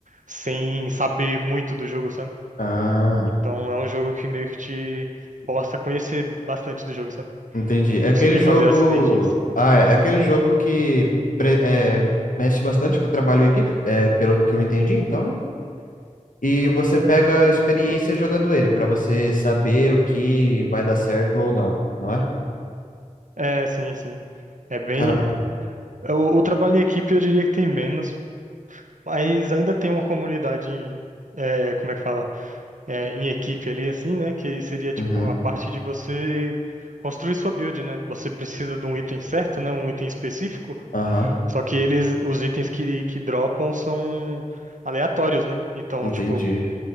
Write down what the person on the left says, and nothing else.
Ah.
Entendi. É aquele
jogo.
Ah, é é aquele jogo que pre- é, mexe bastante com o trabalho em equipe, é, pelo que eu entendi, então, né? E você pega a
experiência jogando ele, pra você saber o que vai dar certo ou não, não é?
Caramba.
Uhum.
Aham.
Entendi.